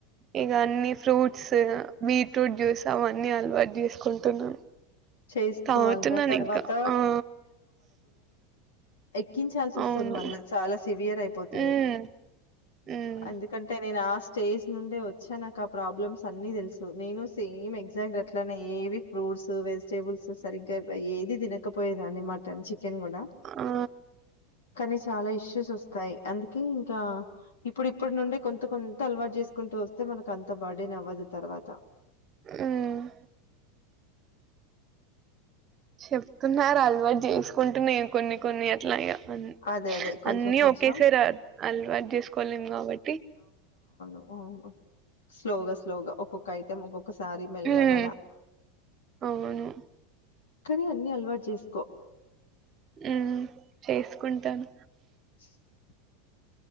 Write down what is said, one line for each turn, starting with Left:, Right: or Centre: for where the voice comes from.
Right: ఇక అన్ని ఫ్రూట్స్ బీట్రూట్ జ్యూస్ అవన్నీ అలవాటు చేసుకుంటున్నాం
Left: చేసుకోవాలిరా
Right: తాగుతున్నాను
Left: తర్వాత
Right: ఇంకా ఆ
Left: ఎక్కించాల్సి వస్తుంది
Right: అవును.
Left: మళ్ళా చాలా సివియర్ అయిపోతది
Right: హ్మ్. హ్మ్.
Left: అందుకంటే నేను ఆ స్టేజ్ నుండే వచ్చా నాకు ఆ ప్రాబ్లమ్స్ అన్ని తెలుసు నేను సేమ్ ఎగ్జాక్ట్ అట్లనే ఎవి ఫ్రూట్స్ వెజిటేబుల్స్ సరిగ్గా ఏది తినకపోయేదాన్ని మటన్ చి కెన్ కూడా
Right: ఆ!
Left: కానీ చాలా ఇష్యూస్ వస్తాయి అందు ఇంకా ఇప్పుడు ఇప్పటి నుండి కొంత కొంత అలవాటు చేసుకుంటూ వస్తే మనకు అంత బాడేన్ అవ్వదు తర్వాత
Right: హ్మ్ చెప్తున్నారు అలవాటు చేసుకుంటున్ కొన్ని కొన్ని అట్లా ఇగ అన్
Left: అదే అదే కొంచెం
Right: అన్నీ
Left: కొంచెం
Right: ఒకేసారి అ అలవాటు జేస్కోలేన్ కాబట్టి
Left: ఉ హ్మ్ స్లోగా స్లోగా ఒక్కొక్కైటం ఒక్కొక్ ఒకసారి మెల్లగల
Right: హ్మ్. అవును.
Left: కనీ అన్ని అలవాటు జేస్కో
Right: హ్మ్ చేసుకుంటాను
Left: <inaudible>